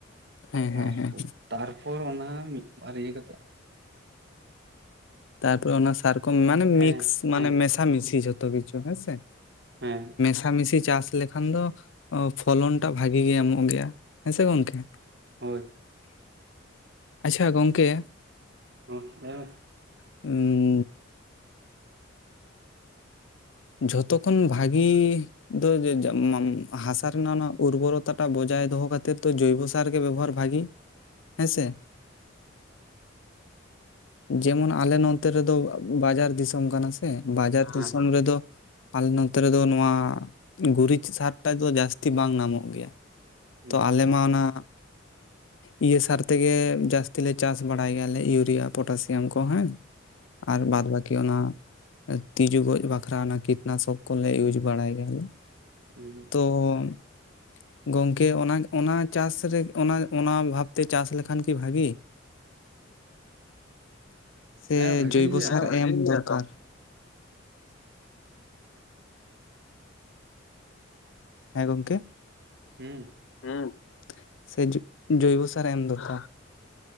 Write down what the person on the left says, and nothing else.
ᱦᱮᱸ
ᱦᱮᱸ ᱦᱮᱸ
ᱛᱟᱨᱯᱚᱨ ᱚᱱᱟ ᱥᱟᱨ ᱠᱚᱢ ᱢᱟᱱᱮ
ᱢᱤᱠᱥ ᱢᱟᱱᱮ
ᱢᱮᱥᱟ ᱢᱤᱥᱤ ᱡᱚᱛᱷᱚ ᱠᱤᱪᱷᱩ ᱦᱮᱸ ᱥᱮ
ᱠᱷᱟ ᱢᱤᱥᱤ ᱪᱟᱥ ᱞᱮᱠᱷᱟᱱ ᱫᱚ ᱯᱷᱚᱞᱚᱱᱴᱟᱜ ᱵᱷᱟᱜᱤ ᱜᱮ ᱮᱢᱚᱜ ᱜᱮᱭᱟ᱾ ᱦᱮᱸ ᱥᱮ ᱜᱚᱝᱠᱮ
ᱟᱪᱪᱷᱟ ᱜᱚᱝᱠᱮ
<inaudible> ᱡᱷᱚᱛᱚ ᱠᱷᱚᱱ ᱵᱷᱟᱜᱤ ᱫᱳ <unintelligible> ᱦᱟᱥᱟ ᱨᱮᱱᱟᱜ ᱚᱱᱟ ᱩᱨᱵᱚᱨᱚᱛᱟᱴᱟᱜ ᱵᱚᱡᱟᱭ ᱫᱚᱦᱚ ᱠᱟᱛᱮᱜ ᱛᱚ ᱡᱳᱵᱚ ᱛᱟᱨᱜᱮ ᱵᱮᱵᱚᱦᱟᱨ ᱵᱷᱟᱜᱮ ᱦᱮᱸ ᱥᱮ ᱡᱮᱢᱚᱱ ᱟᱞᱮ ᱱᱚᱱᱛᱮ ᱨᱮᱫᱚ ᱵᱟᱡᱟᱨ ᱫᱤᱥᱚᱢ ᱠᱟᱱᱟ ᱥᱮ ᱵᱟᱡᱟᱨ ᱫᱤᱥᱚᱢ
ᱨᱮᱫᱚ ᱟᱞᱮ ᱱᱚᱱᱛᱮ ᱨᱮᱫᱚ ᱱᱚᱣᱟ ᱜᱩᱨᱤᱡ ᱥᱟᱨᱴᱟ ᱫᱚ ᱡᱟᱹᱥᱛᱤ ᱵᱟᱝ ᱱᱟᱢᱚᱜ ᱜᱮᱭᱟ᱾
ᱛᱚ ᱟᱞᱮ ᱢᱟ ᱚᱱᱟ ᱤᱭᱟᱹ ᱥᱟᱨ ᱛᱮᱜᱮ ᱡᱟᱹᱥᱛᱤ ᱞᱮ ᱪᱟᱥ ᱵᱟᱲᱟᱭ ᱜᱮᱭᱟᱞᱮ ᱤᱭᱩᱨᱤᱭᱟ ᱯᱚᱴᱟᱥᱤᱭᱟᱢ ᱠᱚ ᱦᱮᱸ ᱟᱨ ᱵᱟᱫ ᱵᱟᱠᱤ ᱚᱱᱟ ᱛᱤᱡᱩ ᱜᱚᱡ ᱵᱠᱷᱨᱟ ᱚᱱᱟ ᱠᱤᱴᱱᱟᱥᱚᱠ ᱠᱚᱞᱮ ᱤᱭᱩᱪ ᱵᱟᱲᱟᱭ ᱜᱮᱭᱟᱞᱮ᱾
ᱛᱚᱝ ᱜᱚᱝᱠᱮ ᱚᱱᱟ ᱚᱱᱟ ᱪᱟᱥ ᱨᱮ ᱚᱱᱟ ᱚᱱᱟ ᱵᱷᱟᱵᱛᱮ ᱪᱟᱥ ᱞᱮᱠᱷᱟᱱ ᱠᱤ ᱵᱷᱟᱜᱤ <inaudible> ᱥᱮ
ᱡᱳᱵᱚ
ᱥᱟᱨ
ᱮᱢ ᱫᱚᱨᱠᱟᱨ ᱦᱮᱸ ᱜᱚᱝᱠᱮ
ᱦᱮᱸ ᱥᱮ <unintelligible> ᱡᱚᱭᱵᱚ ᱥᱟᱨ ᱮᱢ ᱫᱚᱠᱟᱨ <inaudible>